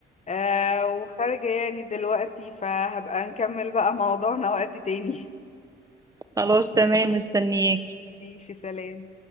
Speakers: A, on the left (about 35°); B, on the right (about 15°).
A: آه وخارجة يعني دلوقتي فهبقى نكمل بقى موضوعنا وقت تاني
B: خلاص تمام مستنياك
A: <laughs> ماشي سلام